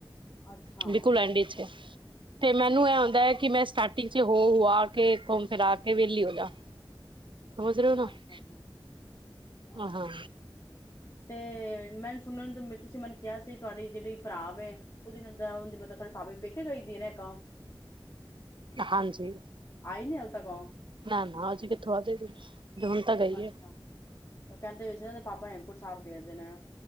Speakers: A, on the left; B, on the right.
A: ਅੱਛਾ-ਅੱਛਾ,
B: ਬਿਲਕੁਲ ਐਂਡ ਇਚ ਤੇ ਮੈਨੂੰ ਇਹ ਆਂਓਦਾ ਹੈ ਕਿ ਮੈਂ ਸਟਾਰਟਿੰਗ ਚ ਹੋ ਆ ਕੇ ਘੁੰਮ ਫਿਰਾ ਕੇ ਵਿਹਲੀ ਹੋ ਜਾ। ਸਮਝ ਰਹੇ ਹੋ ਨਾ
A: ਅੱਛਾ ਅੱਛਾ ਅੱਛਾ।
B: ਹਾਂ।
A: ਤੇ ਮੈਨ ਸੁਣ ਤੁਸੀਂ ਮੈਨੂੰ ਕਿਹਾ ਸੀ ਤੁਆਡੀ ਜਿਹੜੀ ਭਰਾ ਵੇ ਉਹਦੀ ਨਨਦ ਮਤਲਬ ਤੁਹਾਡੇ ਪਾਬੀ ਪੇਕੇ ਗਈਦੀ ਇੱਕ।
B: ਹਾਂਜੀ।
A: ਆਈ ਨੀ ਹਲੇ ਤੱਕ ਓ।
B: ਨਾਂ ਨਾਂ ਹਜੇ ਕਿੱਥੋਂ ਆਜੇਗੀ। ਹੂਣ ਤਾਂ ਗਈਏ।
A: ਅੱਛਾ। ਉਹ ਕਹਿੰਦੇ ਵੀ ਸੀ ਨਾ ਦੇ ਪਾਪਾ ਹੇਮਕੁੰਟ ਸਾਹਿਬ ਗਏਦੇ ਨੇ।